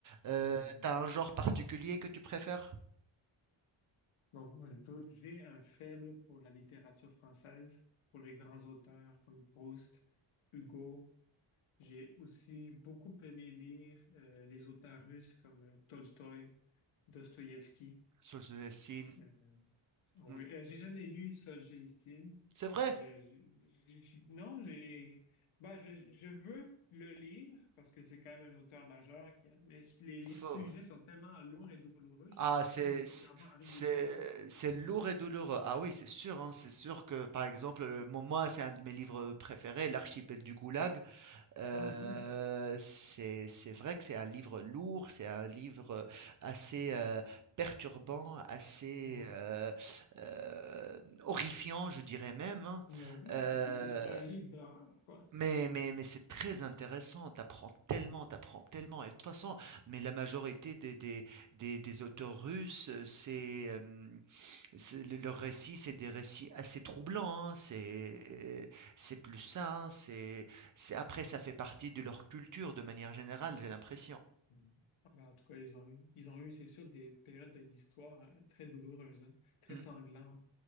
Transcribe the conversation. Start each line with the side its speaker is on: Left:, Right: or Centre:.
Right: Euh,
Left: Hmm.
Right: t'as un genre particulier que tu préfères?
Left: Donc, moi, j'ai toujours- j'ai un faible pour la littérature française, pour les grands auteurs comme Proust, Hugo. J'ai aussi beaucoup aimé lire euh, les auteurs russes comme euh, Tolstoï, Dostoïevski.
Right: Souls of Hellsing.
Left: Euh, oui,
Right: Hmm,
Left: euh, j'ai jamais lu Solzhenitsyn.
Right: C'est vrai.
Left: Je, je- je- non, j'ai, ben, je, je veux le lire parce que c'est quand même un auteur majeur, qui, mais les, les
Right: Faux.
Left: sujets sont tellement lourds et douloureux, j'ai
Right: Ah,
Left: comme
Right: c'est
Left: pas nécessairement
Right: c'est
Left: envie
Right: c'est-
Left: de m'y plonger.
Right: c'est lourd et douloureux. Ah oui, c'est sûr. hein,
Left: Ouais.
Right: c'est sûr que par exemple, euh, mo- moi, c'est un de mes livres préférés, L'archipel du Goulag. Euh,
Left: Ah ouais.
Right: c'est, c'est vrai que c'est un livre lourd, c'est un livre euh, assez euh, perturbant, assez
Left: Hmm.
Right: euh, euh, horrifiant, je dirais même. hein.
Left: Mais oui.
Right: Euh,
Left: C'est ça, c'est un livre d'horreur, quoi.
Right: mais mais, mais c'est très intéressant, t'apprends tellement, t'apprends tellement. Et de toute façon, mais la majorité des, des, des, des auteurs russes, euh, c'est... euh, c'est le leurs récits, c'est des récits assez troublants, hein, c'est c'est plus ça, hein, c'est c'est après ça fait partie de leur culture de manière générale, j'ai l'impression.
Left: Mm. Ben, en tout cas, ils ont eu, ils ont eu, c'est sûr, des périodes de l'histoire euh, très douloureuses, hein, très
Right: Mmh,
Left: sanglantes.